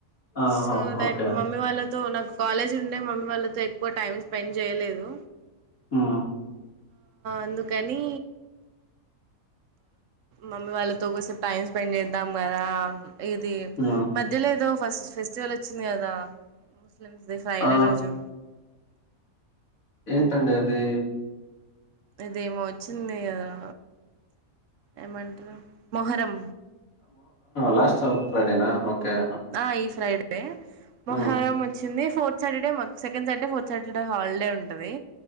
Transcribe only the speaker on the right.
So that
మమ్మీ వాళ్ళతో నాకు కాలేజ్ ఉండే మమ్మీ వాళ్ళతో ఎక్కువ టైం స్పెండ్ చేయలేదు
అందుకని మమ్మీ వాళ్ళతో కూసేపు టైం స్పెండ్ చేద్దాం కదా ఇది
మ ద్యలో ఏదో ఫస్ట్ ఫెస్టివల్ వచ్చింది కదా ముస్లిమ్స్ది ఫ్రైడే
రోజు
ఇదేమో వచ్చింది కదా ఏమంటారు మొహరం
ఆ ఈ ఫ్రైడే మొహరం
వచ్చింది ఫోర్ సాటడే మాకు second Saturday fourth Saturday holiday ఉంటది